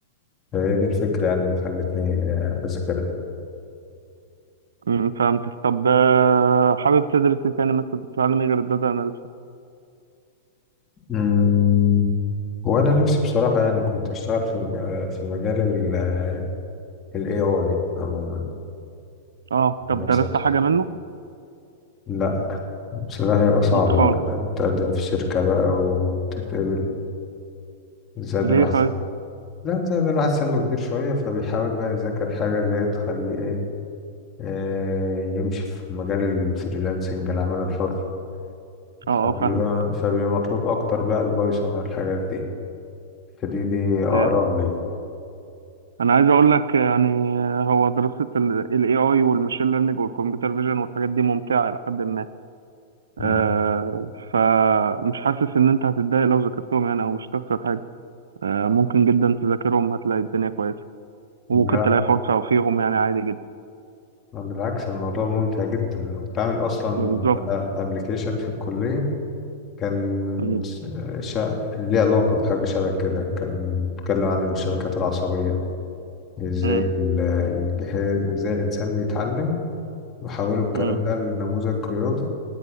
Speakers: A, on the left; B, on the right.
A: فهي دي الفكرة يعني اللي خلتني آه، أذاكرها
B: امم فهمتك طب آه، حابب تدرس ايه تاني مثلا تتعلم ايه غير الداتا
A: امم وأنا نفسي بصراحة يعني كنت أشتغل في الم- في مجال ال آه، ال AI عموما
B: اه طب
A: نفسي
B: درست
A: أدخل.
B: حاجة منه
A: لا بصراحة يبقى صعب
B: انت
A: بقى
B: خالص
A: يعني تقدم في شركة بقى وتتقبل زائد
B: ليه
A: الواحد
B: طيب
A: لا زائد الواحد سنه كبير شوية فبيحاول بقى يذاكر حاجة اللي هي تخليه إيه آه، يمشي في مجال الفريلانسنج العمل الحر
B: اه
A: فبيبقى
B: اه فاهم
A: فبيبقى مطلوب أكتر بقى البايثون والحاجات دي فدي دي أقرب
B: آه،
A: لي
B: انا عايز اقول لك يعني آه، هو دراسة ال AI والماشين ليرنينج والكمبيوتر فيجن والحاجات دي ممتعة الى حد ما
A: مم.
B: آه فمش حاسس ان انت هتتضايق لو ذاكرتهم يعني او مش هتخسر حاجة آه ممكن جدا تذاكرهم هتلاقي الدنيا كويسة
A: لا
B: وممكن تلاقي فرصة فيهم يعني عادي جدا
A: بالعكس الموضوع ممتع جدا أنا كنت عامل أصلا
B: يعني بالظبط
A: أبلكيشن في الكلية كان
B: مم،
A: شا... ليه علاقة بحاجة شبه كده كان بيتكلم عن الشبكات العصبية ازاي
B: مم،
A: ال- الجهاز ازاي الإنسان بيتعلم وحولوا الكلام
B: مم،
A: ده لنموذج رياضي